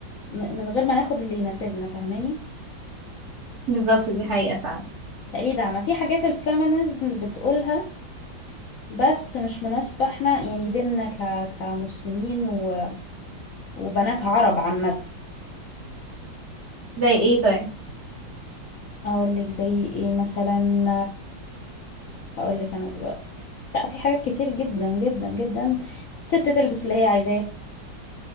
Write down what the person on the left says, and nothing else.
م- من غير ما ناخد اللي يناسبنا فاهماني
تقليد عما في حاجات الفيمينيزم بتقولها بس مش مناسبة احنا يعني ديننا ك... كمسلمين و... وبنات عرب عامة
اقول لك زي ايه مثلا اقول لك انا دلوقتي لا في حاجات كتير جدا جدا جدا الست تلبس اللي هي عايزاه